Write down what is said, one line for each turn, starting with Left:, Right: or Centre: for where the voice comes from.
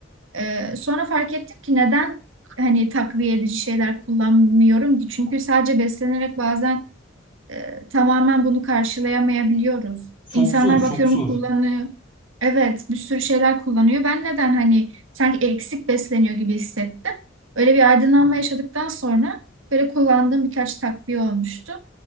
Right: Ee, sonra fark ettim ki neden hani takviye edici şeyler kullanmıyorum ki? Çünkü sadece beslenerek bazen e, tamamen bunu karşılayamayabiliyoruz.
Left: Çok
Right: İnsanlar
Left: zor, çok
Right: bakıyorum
Left: zor.
Right: kullanıyor. Evet, bir sürü şeyler kullanıyor. Ben neden hani sanki eksik besleniyor gibi hissettim. Öyle bir aydınlanma
Left: Hı.
Right: yaşadıktan sonra böyle kullandığım birkaç takviye olmuştu.